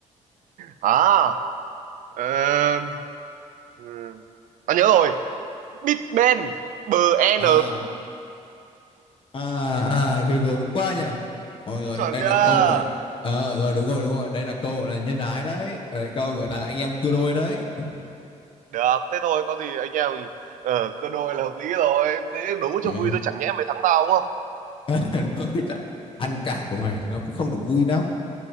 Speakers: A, on the right; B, on the left.
A: À Ờ, ừm, Tao nhớ rồi. Big Ben, BN.
B: À, à, à, ghê gớm quá nhỉ. Rồi rồi,
A: Chuẩn
B: đây
A: chưa?
B: là câu gọi Ờ, rồi đúng rồi đúng rồi đây là câu gọi là nhân ái đấy Ờ, câu gọi là anh em cưa đôi đấy
A: Được, thế thôi có gì anh em ờ, cơ đôi là hợp lý rồi. Để đấu
B: Ừ.
A: cho vui thôi chẳng nhẽ mày thắng tao đúng không?
B: <laughs> ăn cả của mày thì nó cũng không được vui lắm